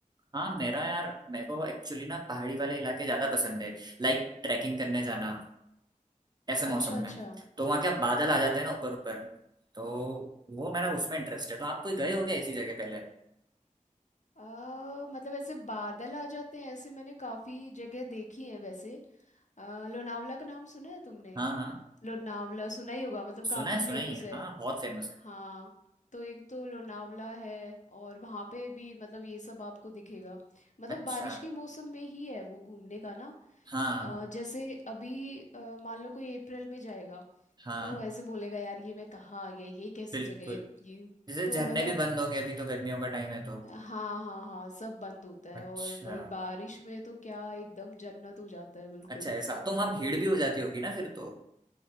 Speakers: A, on the right; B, on the left.
A: हाँ मेरा यार मेरे को एक्चुअली ना पहाड़ी वाले इलाके ज्यादा पसंद है लाइक ट्रैकिंग करने जाना ऐसे मौसम
B: अच्छा अच्छा
A: में तो वहाँ क्या बादल आ जाते हैं ना ऊपर ऊपर तो वो मेरा उसमें इंटरेस्ट है तो आप कोई गए हो क्या ऐसी जगह पहले
B: आ, मतलब ऐसे बादल आ जाते हैं ऐसे मैंने काफी जगह देखी है वैसे आ, लोनावला का नाम सुना है तुमने
A: हाँ हाँ
B: लोनावला सुना ही होगा मतलब काफी
A: सुना है
B: फेमस
A: सुना ही है
B: है
A: हाँ बहुत फेमस है
B: हाँ तो एक तो लोनावला है और वहाँ पे भी मतलब ये सब आपको दिखेगा मतलब
A: अच्छा
B: बारिश के मौसम में ही है वो घूमने का ना
A: हाँ
B: अ, जैसे अभी अ, मान लो कोई अप्रैल में जाएगा
A: हाँ
B: तो ऐसे बोलेगा यार ये मैं कहाँ आ गया ये कैसी
A: बिल्कुल
B: जगह है ये
A: जैसे
B: तो
A: झरने
B: मतलब
A: भी बंद होंगे अभी तो गर्मियों का टाइम है तो
B: हाँ हाँ हाँ सब बंद होता है
A: अच्छा
B: और भाई बारिश में तो क्या एकदम जन्नत हो जाता है बिल्कुल
A: अच्छा ऐसा तो वहां भीड़ भी हो जाती होगी ना फिर तो